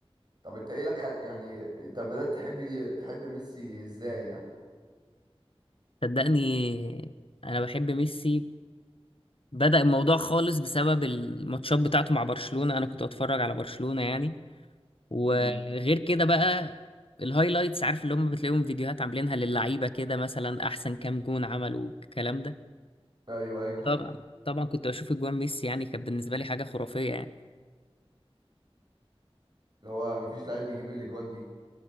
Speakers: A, on the right; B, on the left.
A: طب انت ايه اللي خل... يعني انت بدأت تحب تحب ميسي ازاي يعني
B: صدقني انا بحب ميسي بدأ الموضوع خالص بسبب الماتشات بتاعته مع برشلونة انا كنت اتفرج على برشلونة يعني وغير
A: مم.
B: كده بقى الهايلايتس عارف اللي هم بتلاقيهم فيديوهات عاملينها للعيبة كده مثلا أحسن كام جون عملوا الكلام ده
A: ايوه ايوه
B: طبعا طبعا كنت بشوف أجوان ميسي يعني كانت بالنسبة لي حاجة خرافية يعني
A: اللي هو مفيش لعيب بيجيب الاجوان دي